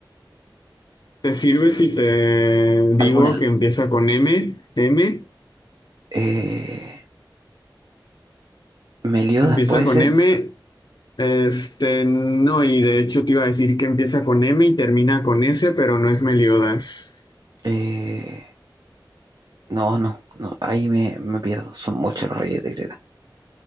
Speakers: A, on the left (about 60°); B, on the right (about 60°).
A: ¿Te sirve si te digo
B: ¿Alguna?
A: que empieza con M? ¿M?
B: Eh, Meliodas
A: Empieza
B: puede
A: con
B: ser.
A: M. Este, no, y de hecho te iba a decir que empieza con M y termina con S, pero no es Meliodas.
B: Eh, No, no, no, ahí me, me pierdo. Son muchos los reyes de Creta.